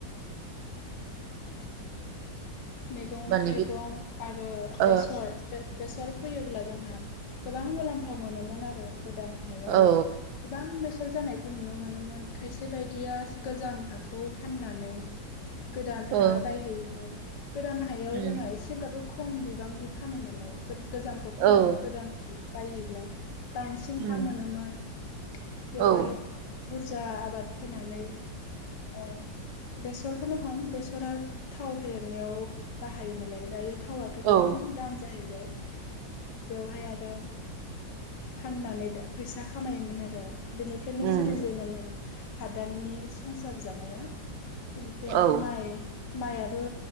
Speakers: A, on the left (about 70°); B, on the right (about 80°).
A: मैगं
B: माने
A: थाइगं
B: बे
A: आरो बेसर
B: ओ
A: बेसर फैयोब्ला जोंहा गोबां मुलाम्फा मोनोमोन आरो गोदान हायाव
B: औ
A: गोबां बेसेन हर जानायखौ नुनो मोनोमोन खायसे बायदिया गोजाम हाखौ फाननानै गोदान हा
B: ओ
A: बायहैयोमोन। गोदान हायाव
B: उम
A: जोंहा एसेब्लाबो ख खम बिबांनि फानो नालाय गोजामखौ फाननानै
B: औ
A: गोदानखौ बायहैब्ला बांसिन
B: उम
A: हा मोनोमोन बेवहाय
B: औ
A: बुरजा आबाद फोनानै ओ बेसरखौनो हम बेसरा थाव फेरनायाव बाहायो नालाय दायो थावाथ' गोबां
B: औ
A: दाम जाहैबाय। बेवहाय आरो फाननानै फैसा खामायोमोन आरो। बेनिफ्रायनो
B: उम
A: जुरिजेनोमोन हादाननि संसार जानाया बेनिफ्राय आरो
B: औ
A: माइ माइयाबो